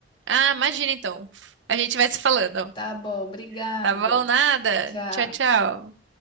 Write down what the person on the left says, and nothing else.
Tá bom, obrigada.
Tchau.